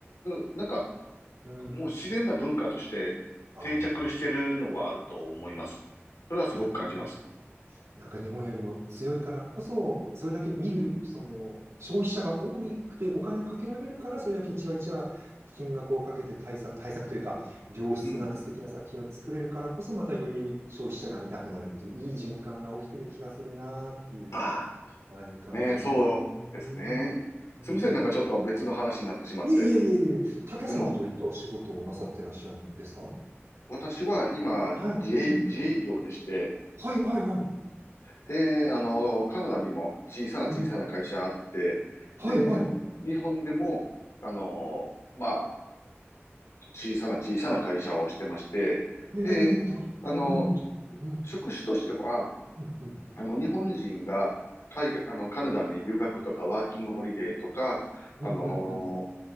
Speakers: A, on the left; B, on the right.
A: 通、なんか、
B: ん。
A: もう自然な文化として定着してるのはあると思います。
B: ああ、
A: それはすごく感じます。
B: なんとなく、なんか日本よりも強いからこそ、それだけ見る、その、消費者が多くてお金をかけられるから、それだけ一話一話金額をかけて対策、対策というか、良質な素敵な作品を作れるからこそ、
A: うん。
B: またより消費者が見たくなるっていう、いい循環が起きてる気がするなーっていう、
A: あ
B: はい、感じますね。
A: あ、ねそうですね。
B: うん
A: すみません、なんかちょっと別の話になってしまって。
B: いえいえいえいえ、たさんはどういったお仕事をなさってらっしゃるんですか
A: でも、私は今、
B: はい。
A: 自営、
B: うん。
A: 自営業でして、
B: はいはいはい。
A: で、あの、カナダにも小さな小さな会社あって、
B: うん。はいはい。
A: で、日本でも、あの、まあ、小さな小さな会社をしてまして、
B: ええどううん、
A: で、あの、
B: お仕事、うん、
A: 職種としては、
B: うん、うん、
A: あの、日本人が海外、あの、カナダに留学とかワーキングホリデーとか、
B: うん、
A: あのー
B: うん、うん、